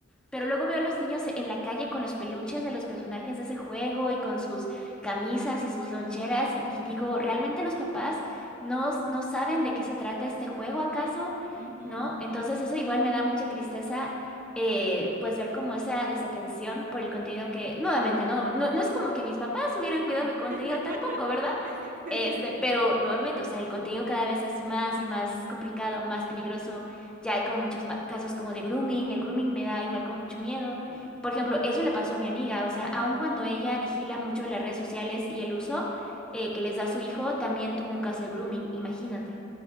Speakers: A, in the centre; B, on the right.
A: Pero luego veo a los niños en la calle con los peluches de los personajes de ese juego y con sus camisas y sus loncheras y, y digo, ¿realmente los papás no, s- no saben de qué se trata este juego acaso?
B: ujú.
A: ¿No? Entonces eso igual me da mucha tristeza, eh, pues ver como esa desatención por el contenido que, nuevamente, no, no, no es como que mis papás hubieran cuidado
B: <laughs>
A: mi contenido tampoco, ¿verdad? Este, pero nuevamente, o sea, el contenido cada vez es más y más complicado, más peligroso ya hay como muchos ma- casos como de grooming. El grooming me da igual como mucho miedo.
B: Sí.
A: Por ejemplo, eso le pasó a mi amiga. O sea, aun cuando ella vigila mucho las redes sociales y el uso eh, que les da su hijo, también tuvo un caso de grooming, imagínate.